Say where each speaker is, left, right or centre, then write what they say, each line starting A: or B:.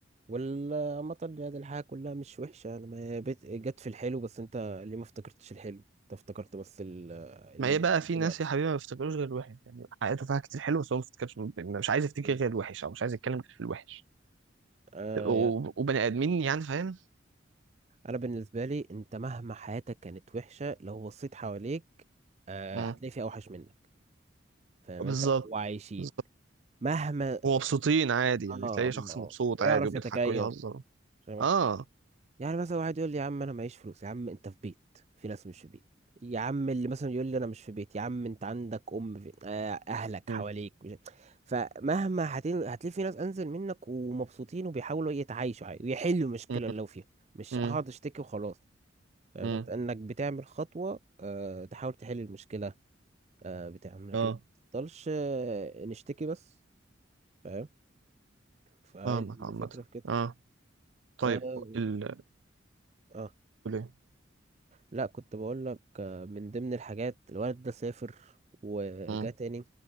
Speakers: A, on the right; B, on the right.
A: والعامة يعني الحياة كلها مش وحشة انا ما بت- جت في الحلو بس انت ليه ما افتكرتش الحلو انت افتكرت بس ال- اللي
B: ما هي
A: بيحصل
B: بقى في
A: دلوقتي
B: ناس يا حبيبي ما بيفتكروش غير الوحش يعني حياته فيها كتير حلو بس هو ما بيفتكرش يعني مش عايز يفتكر
A: م.
B: غير الوحش او مش عايز يتكلم غير في الوحش
A: آه
B: و-
A: يعني
B: وبني ادمين يعني فاهم
A: انا بالنسبه لي انت مهما حياتك كانت وحشه لو بصيت حواليك آه
B: مم.
A: هتلاقي في اوحش منك فاهم
B: بالظبط
A: انت وعايشين
B: بالظبط.
A: مهما
B: ومبسوطين عادي
A: اه
B: يعني
A: اه
B: تلاقي شخص
A: آه.
B: مبسوط
A: ويعرف
B: عادي وبيضحك
A: يتكيف
B: ويهزر
A: فاهم أنت؟
B: اه
A: يعني مثلا واحد يقول لي يا عم انا معيش فلوس يا عم انت في بيت في ناس مش في بيت يا عم اللي مثلا يقول لي انا مش في بيت يا عم انت عندك ام في آه اهلك
B: مم.
A: حواليك مش... فمهما هتل... هتلاقي في ناس انزل منك ومبسوطين وبيحاولوا يتعايشوا عادي ويحلوا المشكله
B: مم.
A: اللي لو فيها مش
B: مم.
A: هقعد اشتكي وخلاص فاهم
B: مم.
A: انت انك بتعمل خطوة آه، تحاول تحل المشكلة آه، بتعمل لكن
B: اه
A: ما تفضلش آه، نشتكي بس فاهم فالفكرة
B: فاهمك عامة
A: في كده
B: اه طيب
A: اه
B: ال
A: آه.
B: تقول ايه؟
A: لا كنت بقول لك آه، من ضمن الحاجات الولد ده سافر وجا
B: مم.
A: تاني